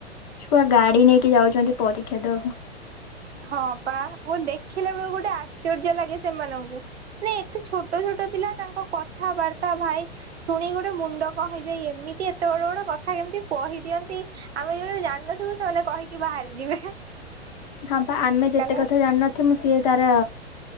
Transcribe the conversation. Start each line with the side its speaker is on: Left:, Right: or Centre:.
Left: <unintelligible> ଗାଡି ନେଇକି ଯାଉଛନ୍ତି ପରୀ <unintelligible>
Right: ହଁ ପା ମୁଁ ଦେଖ୍ ଦେଖିଲା ବେଳକୁ ଗୋଟେ ଆଶ୍ଚର୍ଯ୍ୟ ଲାଗେ ସେମାନଙ୍କୁ, ମାନେ ଏତେ ଛୋଟ ଛୋଟ ପିଲା ତାଙ୍କ କଥାବାର୍ତ୍ତା ଭାଇ ଶୁଣି ଗୋଟେ ମୁଣ୍ଡ କଣ ହେଇଯାଏ ଏମିତି ଏତେ ବଡ ବଡ କଥା କେମିତି କହିଦିଅନ୍ତି ଆମେ ଯୋଉଗୁଡା ଜାଣିନଥିବୁ ସେମାନେ କହିକି ବାହାରି ଯିବେ।
Left: ହଁ ପା ଆମେ
Right: ଶିକାଲା
Left: ଯେତେ କଥା ଜାଣିନଥିମୁ ସିଏ ତାର